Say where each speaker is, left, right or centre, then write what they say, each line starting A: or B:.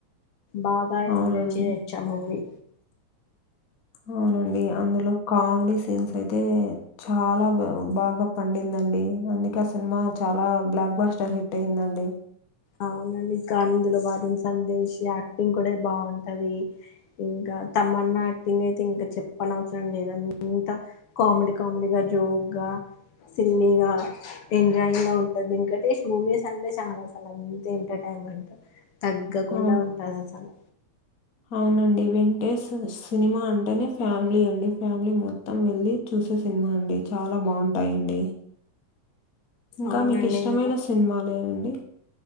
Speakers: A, on the left; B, on the left.
A: బాగా
B: అవునండి
A: ఎంజాయ్ చేయొచ్చు ఆ మూవి
B: అవునండి అందులో కామెడీ సీన్స్ అయితే చాలా బాగా పండిందండి అందుకే ఆ సినిమా చ చాలా బ్లాక్ బాస్ట హిట్ అయిందండి
A: అవునండి ఇంకా అందులో వరుణ్ సందేశ్ యాక్టింగ్ కూడా బాగుంటది ఇంకా తమ్మన్నా యాక్టింగ్ అయితే ఇంకా చెప్పనవసరం లేదం అంత కామెడీ కామెడీ గా జోగ్గ సిళ్ళి గా ఎంజాయింగ్ గా ఉంటది వెంకటేష్ మూవీస్ అంటే చాలా అసలు అంత ఎంటర్టైన్మెంట్ తగ్గకుండా
B: ఆ,
A: ఉంటది అసలు
B: అవునండి వెంకటేష్ సినిమా అంటేనే ఫ్యామిలీ అండి ఫ్యామిలీ మొత్తం వెళ్లి చూస్ సే సినిమా అండి చాలా బాగుంటాయండి ఇంకా
A: అవునండి
B: మీకు ఇష్టమైన
A: ఇంకా
B: సినిమాలేవండి